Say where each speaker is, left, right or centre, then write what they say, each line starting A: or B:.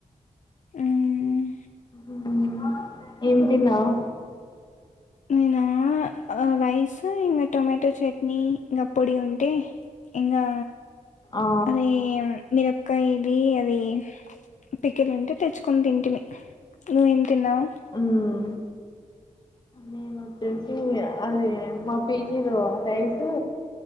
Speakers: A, on the left; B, on the left.
A: మ్మ్,
B: హ్మ్ ఏంతిన్నావ్
A: నేనా రైస్ ఇంకా టొమాటో చట్నీ ఇంకా పొడి ఉంటే ఇంకా
B: ఆ
A: అదే మిినపకాయ ఇది అది పికెలు ఉంటే తెచ్చుకొని తింటివి నువ్వేం తిన్నావు
B: మ్మ్ నేను వచ్చేసి అది మా పీజీలు టైసు